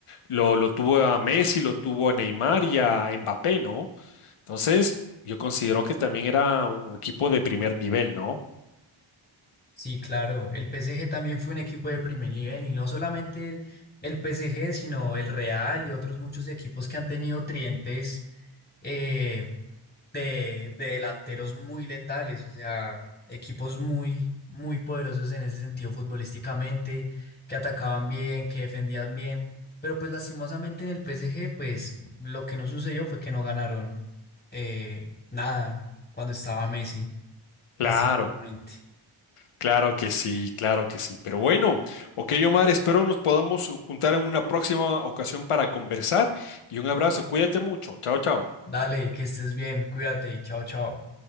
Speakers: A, on the left; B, on the left.
A: lo, lo tuvo a Messi, lo tuvo a Neymar y a Mbappé, ¿no? Entonces, yo considero que también era un equipo de primer nivel, ¿no?
B: Sí, claro. El PSG también fue un equipo de primer nivel y no solamente el, el PSG, sino el Real y otros muchos equipos que han tenido trientes eh, de, de delanteros muy letales, o sea, equipos muy, muy poderosos en ese sentido futbolísticamente, que atacaban bien, que defendían bien, pero pues lastimosamente en el PSG, pues lo que no sucedió fue que no ganaron eh, nada cuando estaba Messi,
A: Claro,
B: lastimosamente.
A: Claro que sí, claro que sí. Pero bueno, ok, Omar, espero nos podamos juntar en una próxima ocasión para conversar y un abrazo. Cuídate mucho. Chao, chao.
B: Dale, que estés bien, cuídate, chao, chao.